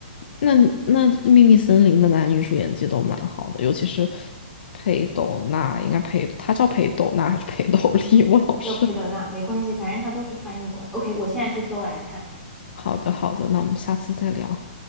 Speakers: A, on the left; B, in the centre.
A: 那那《秘密森林》的男女主演技都蛮好的，尤其是裴斗娜，应该裴，她叫裴斗娜还是裴斗丽？<laughs> 我老是。
B: 叫裴德娜没关系，反正它都是翻译过来。OK，我现在去搜来看。
A: 好的，好的，那我们下次再聊。